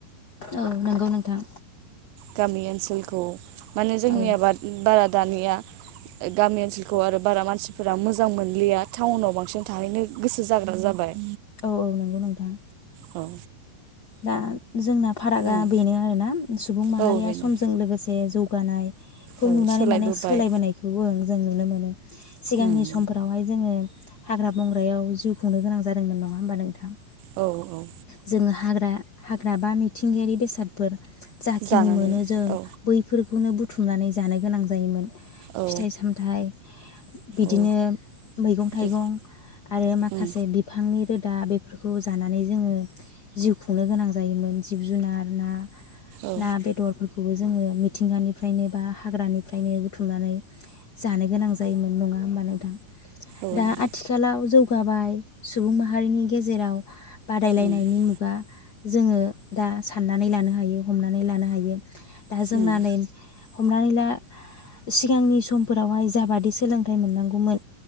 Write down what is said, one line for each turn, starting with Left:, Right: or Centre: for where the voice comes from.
Left: औ नंगौ नोंथां
Right: गामि ओनसोलखौ माने जोंनिआ
Left: औ
Right: बाद बारा दानिया गामि ओनसोलखौ आरो बारा मानसिफोरा मोजां मोनलिया टाउनाव बांसिन थाहैनो गोसो जाग्रा जाबाय
Left: औ औ नंगौ नोंथां
Right: औ
Left: दा जोंना फारागा
Right: उम
Left: बेनो आरोना सुबुं माहारिया
Right: औ बेनो
Left: समजों लोगोसे जौगानायखौ
Right: औ
Left: नुनानै
Right: सोलायबोबाय
Left: माने सोलायबोनायखौबो जों नुनो मोनो सिगांनि
Right: उम
Left: समफोरावहाय जोंङो हाग्रा बंग्रायाव जिउ खुंनो गोनां जादोंमोन नङा होमबा नोंथां?
Right: औ औ
Left: जोङो हाग्रा हाग्रा बा मिथिंगायारि बेसादफोर जाखिनि
Right: जानानै
Left: मोनो जों
Right: औ
Left: बैफोरखौनो बुथ बुथुमनानै जानो गोनां जायोमोन।
Right: औ
Left: फिथाइ सामथाइ बिदिनो
Right: औ
Left: मैगं थाइगं
Right: बे
Left: आरो माखासे
Right: उम
Left: बिफांनि रोद दा बेफोरखौ जानानै जोङो जिउखु खुंनो गोनां जायोमोन जिब जुनार ना
Right: औ
Left: ना बेदरफोर खौबो जोङो मिथिंगानिफ्रायनो बा हाग्रानिफ्रायनो बुथुमनानै जानो गोनां जायोमोन नङा होमबा नोंथां
Right: औ
Left: दा
Right: नों
Left: आथिखालाव जौगाबाय सुबुं माहारिनि गेजेराव बादायलायनायनि
Right: उम
Left: मुगा जोङो दा साननानै लानो हायो हमनानै लानो हायो दा जोंनानै
Right: उम
Left: हमनानै ला सिगांनि समफोरावहाय जाबादि सोलोंथाइ मोननांगौमोन